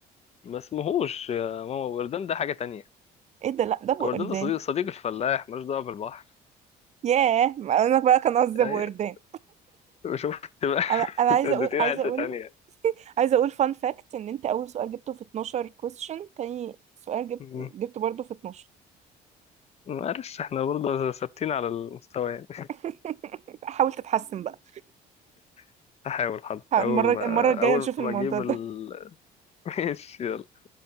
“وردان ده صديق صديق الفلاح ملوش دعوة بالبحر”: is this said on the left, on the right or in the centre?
Left